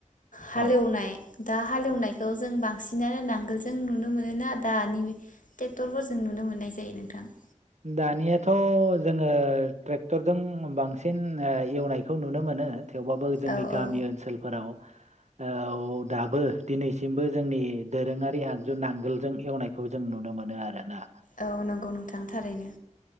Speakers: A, on the left (about 80°); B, on the right (about 60°).
A: हालेवनाय
B: औ
A: दा हालेवनायखौ जों बांसिनानो नांगोल जों नुनो मोन ना दानि ट्रेक्टरफोर जों नुनो मोननाय जायो नोंथां।
B: दानियाथ' जोङो ट्रेक्टरजों बांसिन ओ एवनायखौ नुनो मोनो। थेवबाबो जोंनि
A: औ
B: गामि
A: औ
B: ओनसोलफोराव ओ दाबो दिनैसिमबो जोंनि दोरोङारि आगजु नांगोलजों एवनायखौ जों नुनो मोनो आरोना।
A: औ नंगौ नोंथां। थारैनो